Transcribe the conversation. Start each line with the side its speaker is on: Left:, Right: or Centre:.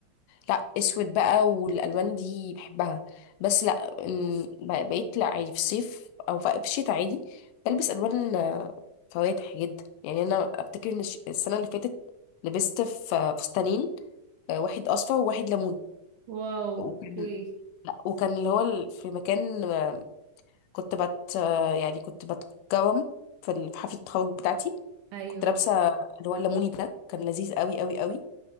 Left: لا اسود بقى والالوان دي بحبها بس لا م، بق- بقيت لا عادي في الصيف او في في الشتاء عادي بلبس الوان آه، فواتح جدا يعني انا افتكر ان الش- السنه اللي فاتت لبست في آه، فستانين آه، واحد اصفر وواحد ليمون
Right: واو
Left: وكان
Right: اوكي
Left: لا وكان اللي هو ال- في مكان آه، كنت بت آه، يعني كنت بتكرم في ال- في حفله التخرج بتاعتي
Right: ايوه
Left: كنت لابسه اللي هو الليموني ده كان لذيذ قوي قوي قوي